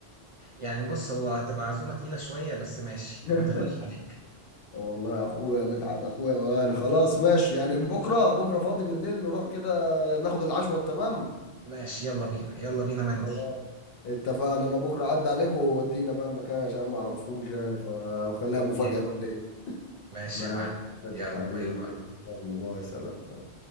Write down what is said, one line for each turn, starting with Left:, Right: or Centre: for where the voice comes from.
Right: يعني بص هو هتبقى عزومه تقيله شويه بس ماشي
Left: <laughs>
Right: ما تغلاش عليك
Left: والله يا اخويا مدحت اخويا بقى انا خلاص ماشي يعني بكره بكره فاضي بالليل نروح كده ناخد العشوه التمام
Right: ماشي يلا بينا يلا بينا مندي
Left: خلاص اتفقنا انا بكره عدى عليك وودينا بقى المكان عشان ما اعرفوش يعني ف- وخليها
Right: يلا.
Left: مفاجأة بقى ليا
Right: ماشي
Left: ماشي
Right: يا معلم يلا
Left: حبيبي
Right: باي باي
Left: يلا باي سلام